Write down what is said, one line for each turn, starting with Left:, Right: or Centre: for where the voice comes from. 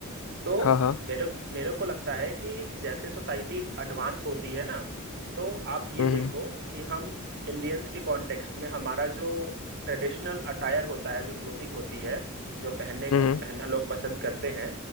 Right: तो
Left: हाँ हाँ
Right: मेरे मेरे को लगता है कि जैसे सोसाइटी एडवांस होती है ना तो आप ये
Left: हम्म
Right: देखो कि हम इंडियंस के कॉन्टेक्स्ट में हमारा जो ट्रेडिशनल अटायर होता है जो क्लोथिंग होती है जो पहनने का
Left: हम्म
Right: पहनना लोग पसंद करते हैं